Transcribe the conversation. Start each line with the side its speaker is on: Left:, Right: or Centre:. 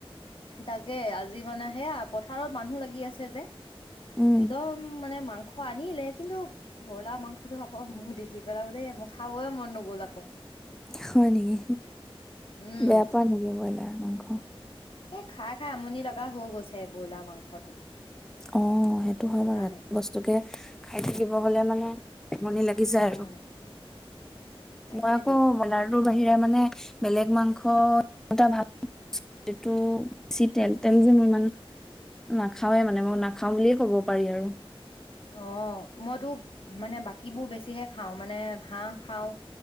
Left: তাকে আজি মানে সেয়া, পথাৰত মানুহ লাগি আছে যে।
Centre: উম
Left: একদম মানে মাংস খুৱ আনিলে কিন্তু ব্ৰইলাৰ মাংসটো আকৌ ম দেখি পেলাব দেই মই খাবই মন নগ'ল আকৌ।
Centre: হয় নেকি?
Left: উম
Centre: বেয়া পোৱা নেকি ব্ৰইলাৰ মাংস?
Left: এ খাই খাই আমনি লগা হৈ গৈছে ব্ৰইলাৰ মাংসটো।
Centre: অহ সেইটো হয়
Left: সেইকাৰণে
Centre: বাৰু এক বস্তুকে খাই থাকিব হলে মানে। আমনি লাগি যায়
Left: উম
Centre: আৰু।
Left: তাকেইতো
Centre: মই আকৌ ব্ৰয়লা। তোৰ বাহিৰে মানে বেলেগ মাংস একোটা তো বেছি তেল তেল যে মই ইমান নাখাওৱে মানে মই নাখাওঁ বুলিয়ে ক'ব পাৰি আৰু।
Left: অহ মইতো। মানে বাকীবো বেছিহে খাওঁ মানে হাঁহ। খাওঁ